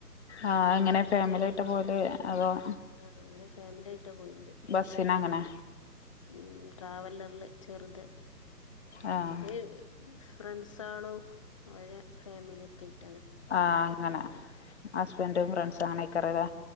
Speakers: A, on the left; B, on the left.
A: ആ എങ്ങനെ ഫാമിലിയിട്ട് പോവല് അതോ-
B: ആ അങ്ങനെ ഫാമിലി ആയിട്ടാ പോയിന്റെ
A: ബസ്സിന് അങ്ങനെ
B: ഉം ട്രാവലറില് ചെറുത്
A: ആഹ്
B: <unintelligible> ഫ്രണ്ട്സ് ആളും അവര് ഫാമിലി ഒക്കെ ആയി
A: ആഹ് അങ്ങനെ ഹസ്ബൻ്റും
B: ആഹ്
A: ഫ്രണ്ട്സും അങ്ങനെയ്ക്കാരം ലേ